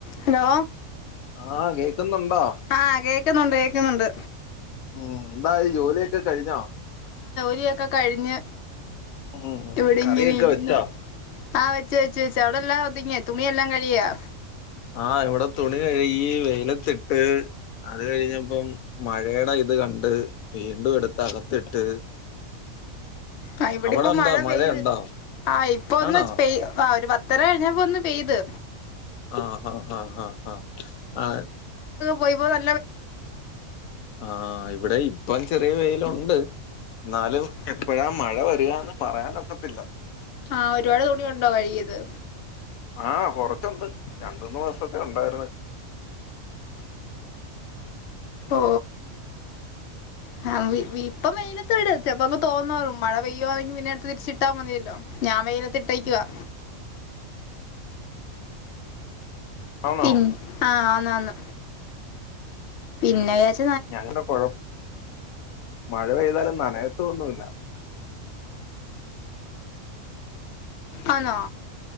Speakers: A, on the left; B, on the left.
A: Hello
B: ആഹ് കേക്കുന്നുണ്ടോ
A: ആ കേക്കുന്നുണ്ട് കേക്കുന്നുണ്ട്
B: ഉം ന്തായി ജോലിക്കെ കഴിഞ്ഞോ
A: ലിയൊക്കെ കഴിഞ്ഞ്
B: ഉം
A: ഇവിടെങ്ങനെ
B: കറിയൊക്കെ
A: ഇരുന്ന്
B: വെച്ചോ
A: ആ വ ച് വച്ച് ച്ച് അവിടെല്ലാം ഒതുങ്ങിയോ തുണിയെല്ലാം കഴുകിയോ
B: ആ ഇവടെ തുണി കഴുകി വെയിലത്തിട്ട് അത് കഴിഞ്ഞപ്പം മഴടെ ഇത് കണ്ട് വീണ്ടും എടുത്ത് അകത്തിട്ട്
A: ആ ഇവിടിപ്പം
B: അവിടെ ഉണ്ടോ
A: മഴ
B: മഴയുണ്ടോ
A: പെയ്ത് ആ ഇപ്പോ
B: ആണോ
A: ഒന്ന് പെയ് ആ ഒരു പത്തര കഴിഞ്ഞ പ്പോ ഒന്ന് പെയ്ത്
B: ആ ആ ആ ആ ആ ആത്
A: പോയപ്പോ ന
B: ആ ഇവടെയും ഇപ്പയിന് ചെറിയ വെയിലുണ്ട് ന്നാലും എപ്പഴാ മഴ വരുക ന്ന് പറയാൻ ഒക്കത്തില്ല
A: ആ ഒരുപാട് തുണി ഉണ്ടോ കഴുകിയത്
B: ആ കൊറച്ചുണ്ട് രണ്ട് മൂന്ന് ദിവസത്തെ ഉണ്ടായിരുന്ന്
A: ഓ ഹം വി വി ഇപ്പം വെയിലത്തിട് ചെപ്പങ്ങ് തോർന്നോളും മഴ പെയ്യുവാണെങ്കി പിന്നെ എടുത്ത് തിരിച്ചിട്ടമതിയല്ലോ ഞാൻ വെയിലത്തിട്ടെക്കുവാ
B: ആണോ
A: തിം ആ വന്ന് വന്ന് പിന്നെ വിചാച്ച്
B: ഞാങ്ങടെ പൊഴോ മഴ പെയ്താല നനയത്തൊന്നും ഇല്ല
A: ആന്നോ